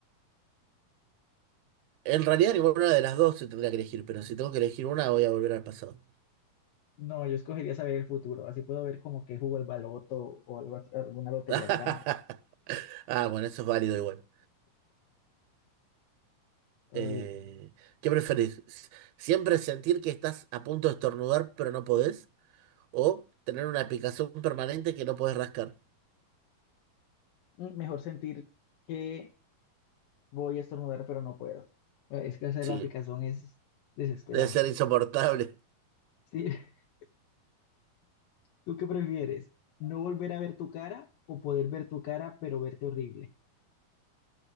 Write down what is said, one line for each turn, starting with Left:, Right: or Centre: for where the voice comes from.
Right: En realidad ninguna de las dos se tendría que elegir, pero si tengo que elegir una, voy a volver al pasado.
Left: No, yo escogería saber el futuro, así puedo ver como que jugó el baloto o algo así- alguna lotería
Right: <laughs>
Left: grande.
Right: Ah, bueno, eso es válido igual.
Left: A
Right: Eh, ¿qué preferís? S- ¿Siempre sentir que estás a punto de estornudar pero no podés? ¿O tener una picazón permanente que no podés rascar?
Left: mm, mejor sentir que voy a estornudar, pero no puedo. Eh, Es que hacer
Right: Sí,
Left: la aplicación es desesperante.
Right: debe ser insoportable.
Left: Sí, <laughs> ¿tú qué prefieres? ¿No volver a ver tu cara o poder ver tu cara, pero verte horrible?